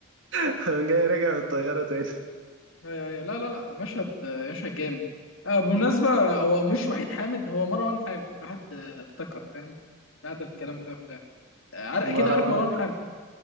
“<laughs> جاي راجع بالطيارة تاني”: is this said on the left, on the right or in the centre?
Right